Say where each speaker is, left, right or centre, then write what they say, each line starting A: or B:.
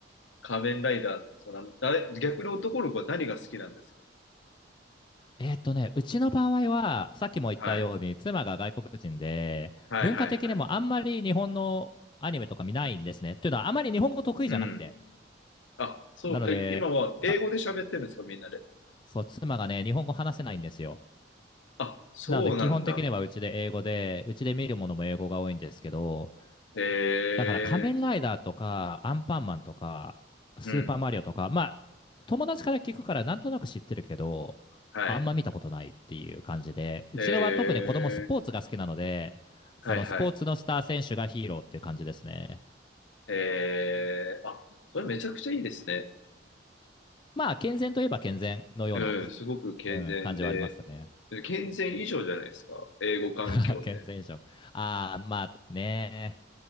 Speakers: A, on the left (about 80°); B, on the left (about 25°).
A: 仮面ライダーとか、その、あの、あれ、逆に男の子は何が好きなんですか
B: えーっとね、うちの場合は、さっきも言ったように、
A: はい。
B: 妻が外国人で、
A: はいはいはい。
B: 文化的にもあんまり日本のアニメとか見ないんですね。というのは、あまり日本語得意じゃなくて。
A: うん。あ、そう、
B: なので、
A: え、今は英語で喋ってるんですか、
B: か
A: みんなで。
B: そう、妻がね、日本語話せないんですよ。
A: あ、そうなんだ。
B: なので、基本的にはうちで英語で、うちで見るものも英語が多いんですけど、
A: へえ、
B: だから仮面ライダーとか、アンパンマンとか、スーパーマリオとか、
A: うん、
B: まあ、友達から聞くからなんとなく知ってるけど、
A: はい。
B: あんま見たことないっていう感じで、うちのは特に子供スポーツが好きなので、
A: へえ、はいはい。
B: そのスポーツのスター選手がヒーローっていう感じですね。
A: へえ、あ、それめちゃくちゃいいですね。
B: まあ、健全といえば健全のような、
A: うん、すごく健全で、
B: うん、感じはありますね。
A: 健全以上じゃないですか、英語環境で。
B: <laughs> 健全以上。ああ、まあね、